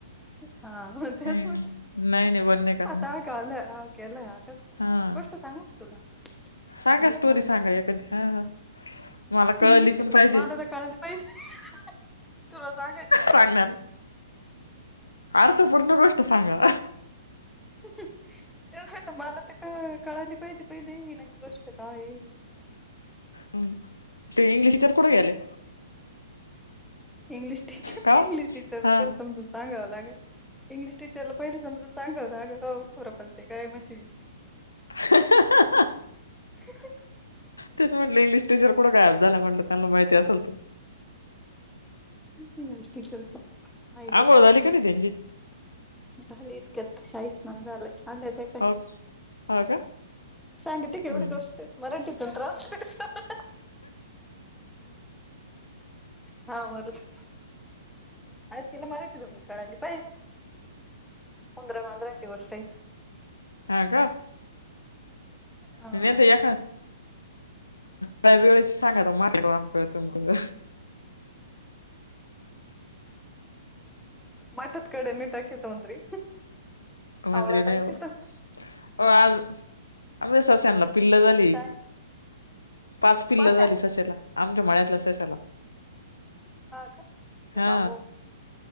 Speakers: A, in the centre; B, on the left.
A: हा म - तेचं
B: नाही
A: म्हटलं
B: नाही बंद नाही करणार
A: आता का आल हा केला याकास.
B: हा
A: गोष्ट सांगू का तुला? इंग्लश
B: सांगा स्टोरी
A: मधून
B: सांगा एखादी हा हा मला कळली
A: इंग्लिशे
B: पण
A: मध्ये
B: पाहिजे
A: माझं तर काळलं पैसे तुला सांग <inaudible>
B: सांगणार अर्थ पूर्ण गोष्ट सांगा.
A: ह. ते म्हणत मला तर कळ कळाली पाहिजे पहिले नकी गोष्ट काय.
B: हम् ते इंग्लिश टीचर कुठे गेले?
A: इंग्लिश टीचर,
B: का ओ
A: इंग्लिश टीचरला
B: हा
A: पहिले समजून सांगावं लागेल. इंग्लिश टीचरला, पहिले समजून सांगाव लागेल हो खरं बोलते काय मशीलं.
B: ह.
A: ह.
B: तेचं म्हटलं इंग्लिश टीचर कुठं गायब झालं म्हटलं त्यांना माहिती असेल तर
A: इंग्लिश टीचर आई
B: आंघोळ झाली का नाही त्यांची?
A: झालली इतक्यात शाई स्नान झाले आले ते.
B: ह हो का.
A: सांगिती येवडी
B: हम्म
A: गोष्ट मराठीतून ट्रान्सलेशन. हा मर <inaudible> आ- तिला मराठीतून तर काळाली पाहिजे ना. उदंरा, मांजरांची गोष्ट आहे.
B: हा का.
A: हा
B: नाही तर एखा काय वेळेस सांगाय मार्केट वाम करतम <inaudible>
A: माठात खडे नाही टाकीत उंदरी.
B: उंदरी
A: कावळा
B: नाही
A: टाकीत
B: वो आज आमच्या साश्यांना पिल्लं झाली.
A: काय
B: ती पाच पिल्लं
A: कोणत्या
B: झाली सशाला आमच्या मळ्यातल्या सशाला.
A: हा का ये
B: हा
A: बाबू.